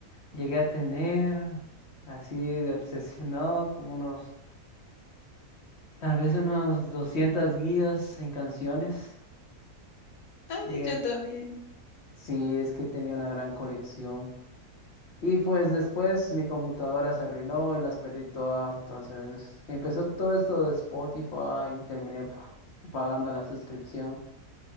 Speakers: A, on the left; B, on the left.
A: Llegué a tener así de obsesionado como unos, tal vez unos 200 gigas en canciones.
B: Ay,
A: Llegué
B: yo
A: a...
B: también.
A: Sí, es que tenía una gran colección. Y pues después mi computadora se arruinó y las perdí todas. Entonces empezó todo esto de Spotify y terminé pa- pagando la suscripción.